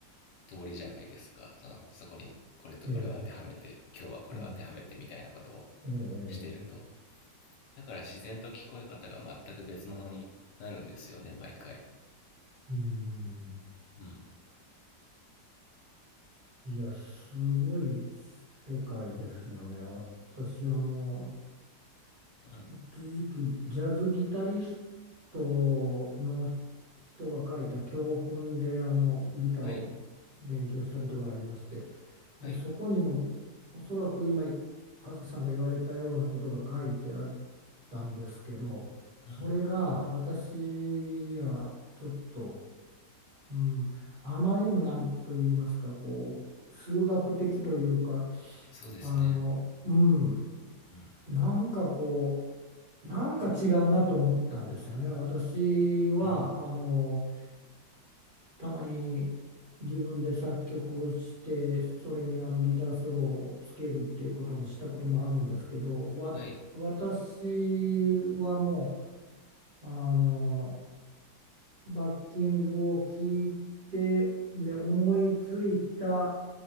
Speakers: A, on the left (about 75°); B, on the right (about 35°).
A: 通りじゃないですかそのそこにこれとこれを当てはめて今日はこれを当てはめてみたいなことを
B: ええ、はい、ええ、
A: してるとだから自然と聞こえ方が全く別物になるんですよね毎回
B: うん。
A: うん
B: いや、すごい世界ですよね。私、あの、
A: うん
B: 一時期、ジャズギタリストの人が書いた教本で、あの、ギターを勉強したことがありまして、
A: はいはい
B: で、そこにも、おそらく今、和樹さんが言われたようなことが書いてあったんですけど、
A: うん
B: それが私にはちょっと、うん、あまりにもなんと言いますか、こう、数学的というか、
A: そうですね
B: あの、うん、
A: うん
B: なんかこう、なんか違うなと思ったんですよね。私は、
A: うん
B: あの、たまに自分で作曲をして、それにあのギターソロをつけるっていうこともしたこともあるんですけど、わ、
A: はい
B: 私はもう、あの、バッキングを聞いて、で、思いついた